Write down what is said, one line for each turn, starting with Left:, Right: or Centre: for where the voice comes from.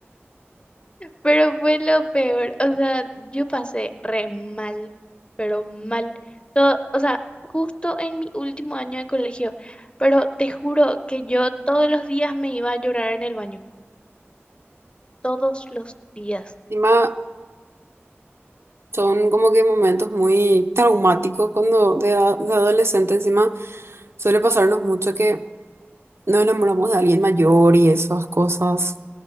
Left: Pero fue lo peor, o sea, yo pasé re mal, pero mal. Todo, o sea, justo en mi último año de colegio, pero te juro que yo todos los días me iba a llorar en el baño, todos los días.
Right: Encima, Son como que momentos muy traumáticos cuando de, a- de adolescente encima suele pasarnos mucho que nos enamoramos de alguien mayor y esas cosas.